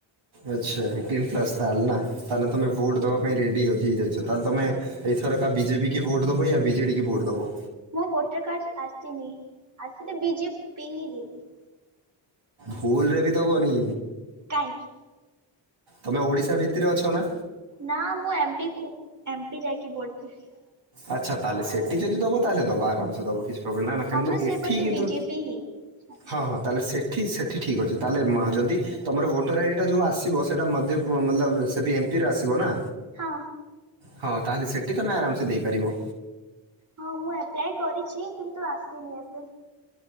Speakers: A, on the right; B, on the right.
A: ଆଚ୍ଛା ଏଇଟିନ୍ ପ୍ଲସ ତା ହେଲେ ନା ତାହେଲେ ତମ ଭୋଟ ଦେବା ପାଇଁ ରେଡି <unintelligible> ଯାଇଛ ତାହେଲେ ତମେ ଏଇଥର କା ବିଜେପି କି ଭୋଟ ଦବୟା ବିଜେଡି କି ଭୋଟ ଦବ।
B: ମୁଁ ଭୋଟର କାର୍ଡ ଆସିନି ଆସିଲେ ବିଜେପି ହିଁ ଦେବି।
A: ଭୁଲରେ ବି ଦବନିି।
B: କାହିଁ।
A: ତମେ ଓଡ଼ିଶା ଭିତରେ ଅଛ ନା।
B: ନା ମୁଁ ଏମପି କୁ ଏମ ପି ଯାଇକି ଭୋଟ ଦେବି।
A: ଆଚ୍ଛା ତାହେଲେ ସେଠି ଯଦି ଦବ ତାହେଲେ ଦବ ଆରାମସେ ଦବ କିଛି ପ୍ରୋବ୍ ନା ନା କିନ୍ତୁ
B: ଆମର ସେପଟେ
A: ଏଠି କିନ୍ତୁ
B: ବିଜେପି ହିଁ ଅଛି
A: ହଁ ହଁ। ତାହେଲେ ସେଠି ସେଠି ଠିକଅଛି ତାହେଲେ ଯଦି ତମର ଭୋଟର ଆଇ ଡି ଟା ଯୋଉ ଆସିବ ସେଟା ମଧ୍ୟପ ମତଲବ୍ ସେଠି ଏମପିରେ ଆସିବ ନା।
B: ହଁ।
A: ହଁ ତାହେଲେ ସେଠି ତମେ ଆରାମସେ ଦେଇପାରିବ।
B: ହଁ ମୁଁ ଏପ୍ଲାଏ କରିଛି କିନ୍ତୁ ଆସିନି ଏବେ।